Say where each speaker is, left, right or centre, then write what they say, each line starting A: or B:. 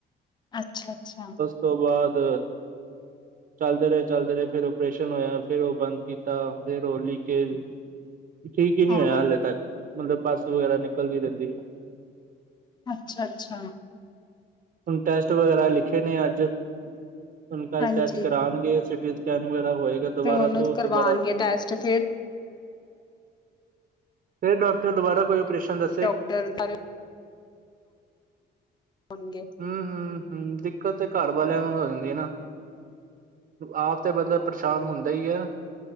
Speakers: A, on the left; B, on the right.
A: ਅੱਛਾ-ਅੱਛਾ।
B: ਉਸ ਤੋਂ ਬਾਅਦ ਚਲਦੇ ਰਹੇ ਚਲਦੇ ਰਹੇ। ਫੇਰ ਓਪਰੇਸ਼ਨ ਹੋਇਆ। ਫੇਰ ਉਹ ਬੰਦ ਕੀਤਾ, ਫੇਰ ਉਹ ਲੀਕੇਜ
A: <inaudible>
B: ਠੀਕ ਹੀ ਨੀ
A: ਹਾਂ
B: ਹੋਇਆ ਹਾਲੇ ਤੱਕ ਮਤਲਬ ਪਸ ਵਗੈਰਾ ਨਿਕਲਦੀ ਰਹਿੰਦੀ।
A: ਅੱਛਾ-ਅੱਛਾ।
B: ਹੁਣ ਟੈਸਟ ਵਗੈਰਾ ਲਿਖੇ ਨੇ ਅੱਜ। ਹੁਣ ਕੱਲ
A: ਹਾਂਜੀ
B: ਟੈਸਟ ਕਰਾਣਗੇ। ਫੇਰ ਸਕੈਨ ਵਗੈਰਾ ਹੋਏਗਾ। ਦੁਬਾਰਾ
A: ਫੇਰ ਉਹਨੂੰ
B: ਤੋਂ
A: ਕਰਵਾਣਗੇ
B: ਦੁਬਾਰਾ
A: ਟੈਸਟ ਫੇਰ
B: ਫੇਰ ਡਾਕਟਰ ਦੁਬਾਰਾ ਕੋਈ ਓਪਰੇਸ਼ਨ ਦ
A: ਡਾਕਟਰ ਸ ਹੋਣਗੇ।
B: ਹਮ-ਹਮ-ਹਮ। ਦਿੱਕਤ ਤੇ ਘਰ ਵਾਲਿਆਂ ਨੂੰ ਹੋ ਜਾਂਦੀ ਐ ਨਾ। ਆਪ ਤੇ ਬੰਦਾ ਪਰੇਸ਼ਾਨ ਹੁੰਦਾ ਈ ਆ।